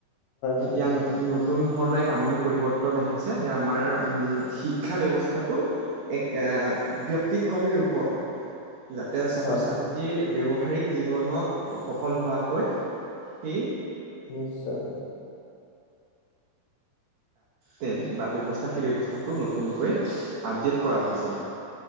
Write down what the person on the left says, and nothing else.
হয়
হয়
হয় হয়
নিশ্চয়।